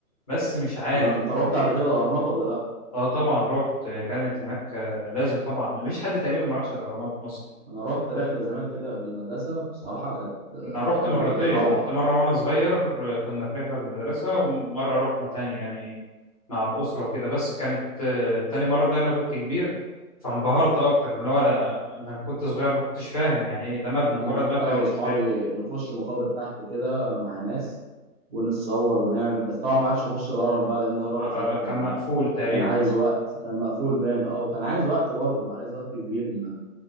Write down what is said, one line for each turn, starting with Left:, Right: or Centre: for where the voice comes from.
Left: بس مش عارف
Right: يعني انت رحت
Left: إيه.
Right: قبل كده الاهرامات ولا لا
Left: أه طبعا رحت كانت هناك آه، لازم طبعا مفيش حد تقريبا ما راحش الأهرامات في مصر
Right: انا رحت رحله زمان كده في المدرسه بصراحه كانت
Left: أنا رحت
Right: حاجه
Left: مرتين
Right: روعه
Left: رحت مرة وأنا صغير آه، كنا في رحلة في المدرسة ومرة رحنا تاني يعني مع الأسرة وكده بس كانت آه، تاني مرة ده أنا كنت كبير فانبهرت أكتر اللي هو أنا أنا كنت صغير ما كنتش فاهم يعني إيه ده مبنى
Right: لا
Left: مجرد
Right: انا قعدت
Left: مبنى
Right: انا واصحابي
Left: بالنسبة لي
Right: نخش مقابر تحت كده مع ناس ونتصور ونعمل بس طبعا ما عرفش اخش الهرم بقى لان الهرم
Left: لا
Right: ساعتها
Left: لا كان
Right: كان
Left: مقفول تقريبا
Right: كان عايز وقت كان مقفول باين اه وكان عايز وقت برضه عايز وقت كبير إن